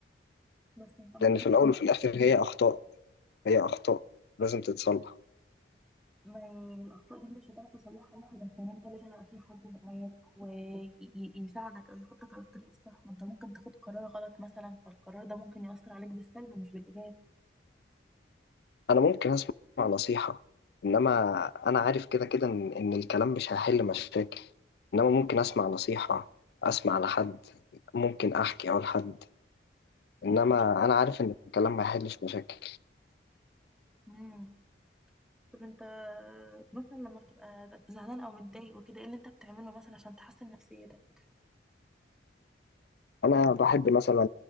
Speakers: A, in the centre; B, on the left.
A: بس أنت ممكن
B: لان في الاول وفي الاخر هي اخطاء هي أخطاء لازم تتصلح
A: ما الأخطاء دي أنت مش هتعرف تصلحها لوحدك يعني أنت لازم يبقى في حد معاك ويساعدك أو يحطك على الطريق الصح ما أنت ممكن تاخد قرار غلط مثلا فالقرار ده ممكن يأثر عليك بالسلب مش بالإيجاب
B: أنا ممكن أسمع نصيحة إنما أنا عارف كده كده إن إن الكلام مش هيحل مشاكل إنما ممكن أسمع نصيحة أسمع لحد ممكن أحكي أو لحد إنما أنا عارف إن الكلام ما يحلش مشاكل
A: مم. طب أنت مثلا لما بتبقى زعلان أو متضايق وكده إيه اللي أنت بتعمله مثلا عشان تحسن نفسيتك؟
B: أنا بحب مثلا